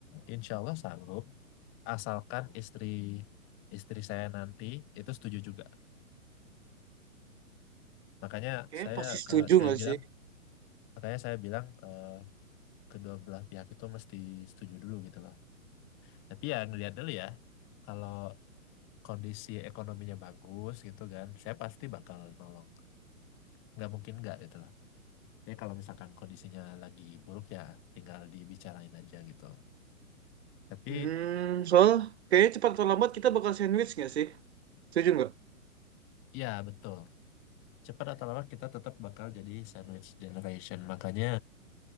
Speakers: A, on the left; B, on the right.
A: insya Allah sanggup asalkan istri istri saya nanti itu setuju juga. Makanya
B: Kayaknya
A: saya
B: pasti setuju
A: eh, saya
B: nggak
A: bilang
B: sih?
A: Makanya saya bilang eh, kedua belah pihak itu mesti setuju dulu gitu loh. Tapi ya ngelihat dulu ya, kalau kondisi ekonominya bagus gitu kan, saya pasti bakal nolong. Nggak mungkin nggak gitu loh. Jadi kalau misalkan kondisinya lagi buruk ya tinggal dibicarain aja gitu. Tapi
B: Hmm, soal kayaknya cepat atau lambat kita bakal sandwich nggak sih? Setuju nggak?
A: ya betul, cepat atau lambat kita tetap bakal jadi sandwich generation. Makanya